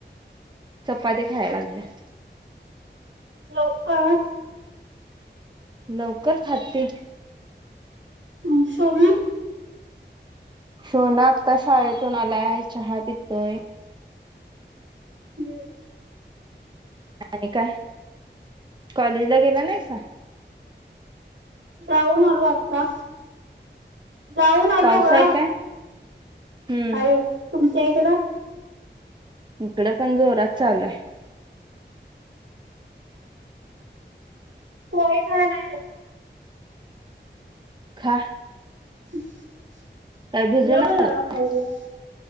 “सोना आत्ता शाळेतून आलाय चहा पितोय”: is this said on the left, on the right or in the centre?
Right